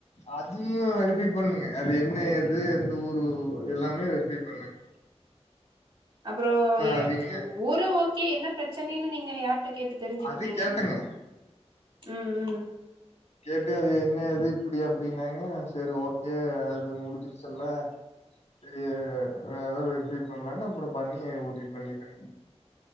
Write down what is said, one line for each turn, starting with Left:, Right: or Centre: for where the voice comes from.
Left: அதுவு வெரிஃபை பண்ணேங்க அது என்ன ஏது எந்த ஊரு எல்லாமே வெரிஃபை பண்ணேங்க
Right: அப்பறோ ய
Left: அவிங்க
Right: ஊரு ஓகே என்ன பிரச்சனைன்னு நீங்க யார் ட்ட கேட்டு தெரிஞ்சுக்கிட்டீங்க
Left: அது கேட்டங்க
Right: ம் ம்
Left: கேட்டே அது என்ன ஏது இப்டி அப்டின்னாங்க சேரி ஓகே அது முடிஞ்சிருச்சல்ல சேரி நா ஏதா வெரிஃபை பண்லான்னு அப்பறோ பண்ணி உறுதி பண்ணிட்டேங்க